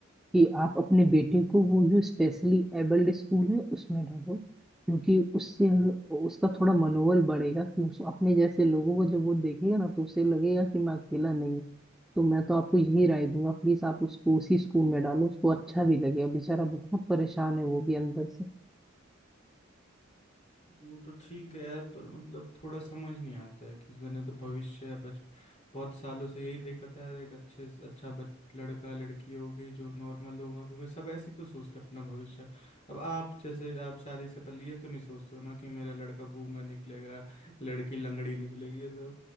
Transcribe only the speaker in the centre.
कि आप अपने बेटे को वो जो स्पेशली एबल्ड स्कूल है उसमें डालो क्योंकि उससे उसका थोड़ा मनोबल बढ़ेगा कि उस अपने जैसे लोगों को जब वो देखेगा ना तो उसे लगेगा कि मैं अकेला नहीं हूँ तो मैं तो आपको यही राय दूंगा प्लीज आप उसको उसी स्कूल में डालो उसको अच्छा भी लगेगा बेचारा बहुत परेशान है वो भी अंदर से